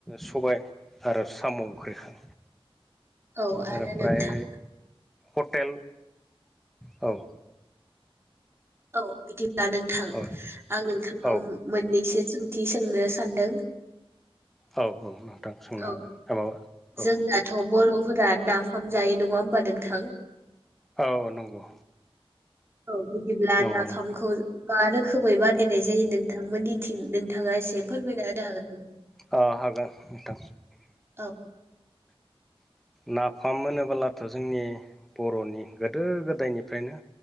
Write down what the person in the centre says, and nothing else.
सबाय आरो साम' ओंख्रिखौ
आरो प्राय
हटेल औ
औ
औ
औ औ। सोंनो हागोन
माबा
औ
औ नंगौ।
नंगौ
नोंथां
ओ हागोन नोंथां
नाफाम मोनोबोलाथ' जोंनि बर'नि गोदो गोदायनिफ्रायनो